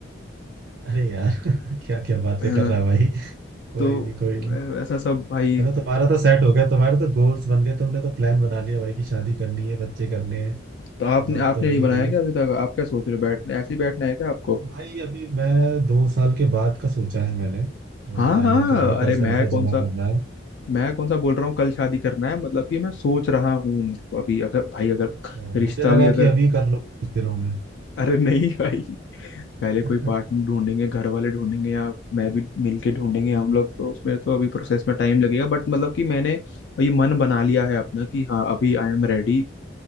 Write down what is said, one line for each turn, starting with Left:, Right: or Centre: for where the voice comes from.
Right: अरे यार <laughs> क्या क्या बातें
Left: है
Right: कर
Left: ना
Right: रहा है भाई कोई
Left: तो
Right: नहीं कोई नहीं
Left: ऐ- ऐसा सब भाई
Right: चलो तुम्हारा तो सेट हो गया तुम्हारे तो गोल्स बन गए तुमने तो प्लान बना लिया भाई कि शादी करनी है बच्चे करने हैं
Left: तो आपने
Right: जॉब
Left: आपने
Right: तो
Left: नहीं
Right: लगी
Left: बनाया
Right: गई
Left: क्या अभी तक आप क्या सोच रहे हो बैठने ऐसे ही बैठना है क्या आपको
Right: भाई अभी मैं दो साल के बाद का सोचा है मैंने थोड़ी
Left: हाँ
Right: प्लानिंग
Left: हाँ
Right: करी है
Left: अरे
Right: पैसा
Left: मैं
Right: वैसा
Left: कौन
Right: जमा
Left: सा
Right: करना है
Left: मैं कौन सा बोल रहा हूँ कल शादी करना है मतलब कि मैं सोच रहा हूँ मतलब अभी अगर भाई अगर
Right: अच्छा
Left: रिश्ता
Right: मुझे लगा
Left: भी अगर
Right: कि अभी कर लो कुछ दिनों में
Left: अरे नहीं भाई पहले
Right: <laughs>
Left: कोई पार्टनर ढूंढेंगे घर वाले ढूंढेंगे या मैं भी मिलके ढूंढेंगे हम लोग तो उसमें तो अभी प्रोसेस में टाइम लगेगा बट मतलब कि मैंने अभी मन बना लिया है अपना कि हाँ अभी आई एम रेडी